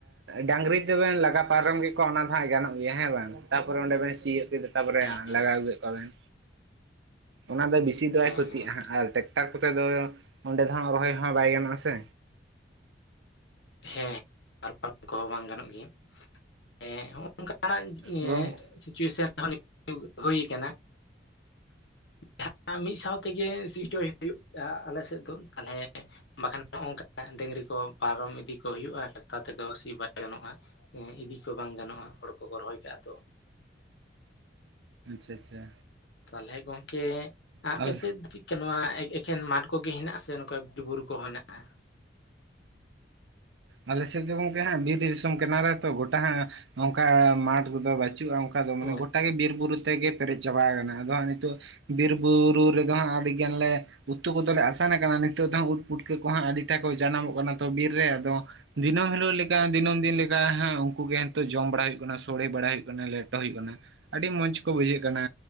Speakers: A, on the right; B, on the left.
A: ᱰᱟᱝᱨᱤ ᱛᱮᱵᱮᱱ ᱞᱟᱜᱟ ᱯᱟᱨᱚᱢ ᱠᱮᱫᱠᱚᱣᱟ ᱚᱱᱟ ᱫᱚ ᱦᱟᱸᱜ ᱜᱟᱱᱚᱜ ᱜᱮᱭᱟ ᱦᱮᱸ ᱵᱟᱝ ᱛᱟᱯᱚᱨᱮ ᱚᱸᱰᱮ ᱵᱮᱱ ᱥᱤᱭᱳᱜ ᱠᱮᱫᱟ ᱛᱟᱯᱚᱨᱮ
B: ᱦᱮᱸ ᱦᱮᱸ
A: ᱞᱟᱜᱟ ᱟᱹᱜᱩ ᱠᱮᱫ ᱠᱚᱣᱟᱵᱮᱱ ᱚᱱᱟ ᱫᱚ ᱵᱮᱥᱤ ᱫᱚ ᱵᱟᱭ
B: ᱦᱮᱸ
A: ᱠᱷᱚᱛᱤᱜᱼᱟ
B: ᱦᱮᱸ
A: ᱦᱟᱜ ᱟᱨ ᱴᱟᱠᱴᱟᱨ ᱠᱚᱛᱮ ᱫᱚ ᱚᱸᱰᱮ ᱫᱚᱦᱟᱸᱜ ᱨᱚᱦᱚᱭ ᱦᱚᱸ ᱵᱟᱭ ᱜᱟᱱᱚᱜᱼᱟ ᱥᱮ
B: ᱦᱮᱸ ᱟᱨ ᱯᱟᱨᱚᱢ ᱠᱚᱦᱚᱸ ᱵᱟᱝ ᱜᱟᱱᱚᱜ ᱜᱮᱭᱟ ᱮ ᱦᱚᱜ ᱚᱱᱠᱟᱱᱟᱜ ᱮ
A: ᱜᱚᱝ
B: ᱥᱤᱪᱩᱭᱮᱥᱚᱱ <unintelligible> ᱦᱩᱭ ᱠᱟᱱᱟ ᱡᱟᱦᱟᱸ ᱢᱤᱫ ᱥᱟᱶ ᱛᱮᱜᱮ ᱥᱤ ᱪᱚᱭ ᱦᱩᱭᱩᱜ ᱟ ᱟᱞᱮᱥᱮᱫ ᱫᱚ ᱛᱟᱦᱚᱞᱮ ᱵᱟᱠᱷᱟᱱ ᱱᱚᱜᱝᱠᱟ ᱰᱟᱹᱝᱨᱤ ᱠᱚ ᱯᱟᱨᱚᱢ ᱤᱫᱤ ᱠᱚ ᱦᱩᱭᱩᱜᱼᱟ ᱴᱟᱠᱴᱟᱨ ᱛᱮᱫᱚ ᱥᱤ ᱵᱟᱭ ᱜᱟᱱᱚᱜᱼᱟ ᱮ ᱤᱫᱤ ᱠᱚ ᱵᱟᱝ ᱜᱟᱱᱚᱜᱼᱟ ᱦᱳᱲᱳ ᱠᱚᱠᱚ ᱨᱚᱦᱚᱭ ᱠᱟᱜᱼᱟ ᱛᱚ
A: ᱟᱪᱪᱷᱟ ᱟᱪᱪᱷᱟ
B: ᱛᱟᱦᱚᱞᱮ ᱜᱚᱝᱠᱮ ᱟᱯᱮᱥᱮᱫ
A: ᱟᱞ
B: ᱫᱚ ᱠᱤ ᱱᱚᱣᱟ ᱮᱠᱷᱮᱱ ᱢᱟᱴᱷ ᱠᱚ ᱜᱮ ᱦᱮᱱᱟᱜ-ᱟ ᱥᱮ ᱪᱮ ᱱᱚᱝᱠᱟ ᱵᱤᱨ ᱵᱩᱨᱩ ᱠᱚ ᱦᱮᱱᱟᱜ-ᱟ
A: ᱟᱞᱮ ᱥᱮᱫ ᱫᱚ ᱜᱚᱝᱠᱮ ᱦᱟᱜ ᱵᱤᱨ ᱫᱤᱥᱚᱢ ᱠᱟᱱᱟ ᱞᱮ ᱛᱚ ᱜᱚᱴᱟ ᱦᱟᱸᱜ ᱚᱱᱠᱟ ᱢᱟᱴᱷ ᱫᱚ ᱵᱟᱹᱪᱩᱜᱼᱟ ᱚᱱᱼᱼ ᱚᱠᱟ ᱫᱚ ᱢᱟᱱᱮ
B: ᱚ
A: ᱜᱚᱴᱟᱜ ᱜᱮ ᱵᱤᱨ ᱵᱩᱨᱩ ᱛᱮᱜᱮ ᱯᱮᱡ ᱪᱟᱵᱟ ᱟᱠᱟᱱᱟ ᱟᱫᱚ ᱦᱟᱜ ᱱᱤᱛᱚᱜ ᱵᱤᱨ ᱵᱩᱨᱩ ᱨᱮᱫᱚ ᱦᱟᱸᱜ ᱟᱹᱰᱤᱜᱟᱱ ᱞᱮ ᱩᱛᱩ ᱠᱚᱫᱚ ᱞᱮ ᱟᱥᱟᱱ ᱟᱠᱟᱱᱟ ᱱᱤᱛᱚᱜ ᱫᱚ ᱩᱫ ᱯᱩᱴᱠᱟᱹ ᱠᱚᱦᱚᱸ ᱟᱹᱰᱤ ᱴᱟᱠᱚ ᱡᱟᱱᱟᱢᱚᱜ ᱠᱟᱱᱟ ᱛᱚ ᱵᱤᱨ ᱨᱮ ᱟᱫᱚ ᱫᱤᱹ ᱦᱤᱞᱳᱜ ᱞᱮᱠᱟ ᱫᱤᱹᱢ ᱫᱤᱱ ᱞᱮᱠᱟ ᱦᱮᱸ ᱩᱱᱠᱩ ᱜᱮᱚ ᱡᱚᱢ ᱵᱟᱲᱟ ᱦᱩᱭᱩᱜ ᱠᱟᱱᱟ ᱥᱳᱲᱮ ᱵᱟᱲᱟ ᱦᱩᱭᱩᱜ ᱠᱟᱱᱟ ᱞᱮᱴᱚ ᱦᱩᱭᱩᱜ ᱠᱟᱱᱟ ᱾ ᱟᱹᱰᱤ ᱢᱚᱸᱡᱽ ᱠᱚ ᱵᱩᱡᱷᱟᱹᱜ ᱠᱟᱱᱟ